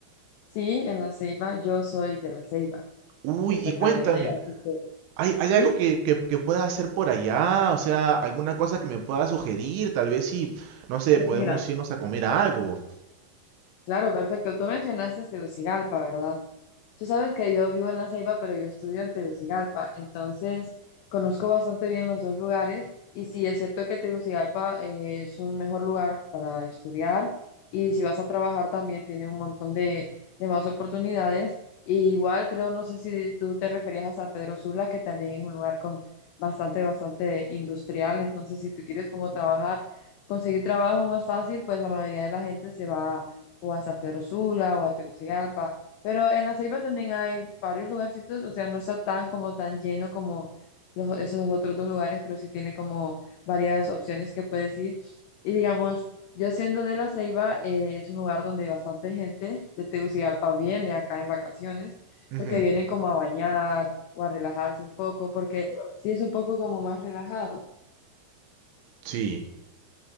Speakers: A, on the left; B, on the right.
A: Sí, en La Ceiba, yo soy de La Ceiba,
B: Uy,
A: perfectamente,
B: y cuéntame,
A: así que,
B: ¿hay, hay
A: ¿sí?
B: algo que, que, que pueda hacer por allá? O sea, alguna cosa que me pueda sugerir, tal vez si, no sé,
A: Pues
B: podemos
A: mira.
B: irnos a comer algo.
A: Claro, perfecto. Tú mencionaste Tegucigalpa, ¿verdad? Tú sabes que yo vivo en La Ceiba, pero yo estudio en Tegucigalpa, entonces conozco bastante bien los dos lugares y sí, es cierto que Tegucigalpa eh, es un mejor lugar para estudiar y si vas a trabajar también tiene un montón de, de más oportunidades. Y igual creo, no sé si tú te referías a San Pedro Sula, que también es un lugar con bastante, bastante industrial, entonces si tú quieres como trabajar, conseguir trabajo más fácil, pues la mayoría de la gente se va o a San Pedro Sula o a Tegucigalpa pero en La Ceiba también hay varios lugarcitos, o sea, no está tan como tan lleno como los, esos otros dos lugares, pero sí tiene como varias opciones que puedes ir. Y digamos, yo siendo de La Ceiba, eh, es un lugar donde bastante gente de Tegucigalpa viene acá en vacaciones,
B: Ujú,
A: porque vienen como a bañar o a relajarse un poco, porque sí es un poco como más relajado.
B: Sí.